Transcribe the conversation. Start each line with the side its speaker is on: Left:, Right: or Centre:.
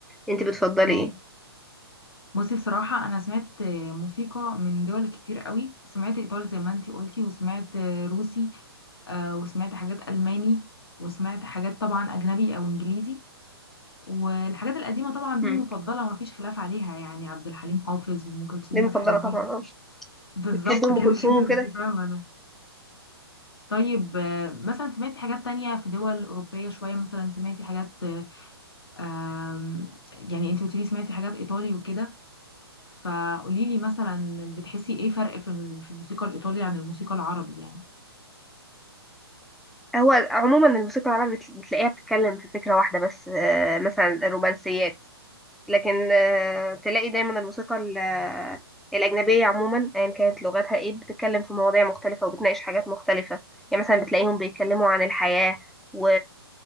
Centre: انت بتفضلي
Left: اه
Centre: ايه
Left: بصي بصراحه انا سمعت آه، موسيقى من دول كتير قوي سمعت ايطالي زي ما انتي قلتي وسمعت آه، روسي آه، وسمعت حاجات الماني وسمعت حاجات طبعا اجنبي او انجليزي والحاجات القديمه طبعا دي
Centre: امم
Left: مفضله مفيش خلاف عليها يعني عبد الحليم حافظ وام كلثوم
Centre: دي مفضله
Left: والحاجات دي
Centre: طبعا
Left: بالظبط
Centre: بتحب ام
Left: كده
Centre: كلثوم
Left: كده
Centre: وكده
Left: انتي فاهمه طيب آه، مثلا سمعتي حاجات تانية في دول أوروبية شوية مثلا سمعتي حاجات آه، آم، يعني انت قلتيلي سمعتي حاجات إيطالي وكده فقوليلي مثلا بتحسي ايه فرق في الم- في الموسيقى الإيطالي عن الموسيقى العربي يعني
Centre: هو عموما الموسيقى العربية بت- بتلاقيها بتتكلم في فكره واحده بس آه، مثلا الرومانسيات لكن آه، تلاقي دايما الموسيقى ال- آه، الأجنبية عموما أيا كانت لغتها ايه بتتكلم في مواضيع مختلفة وبتناقش حاجات مختلفة يعني مثلا بتلاقيهم بيتكلموا عن الحياة و...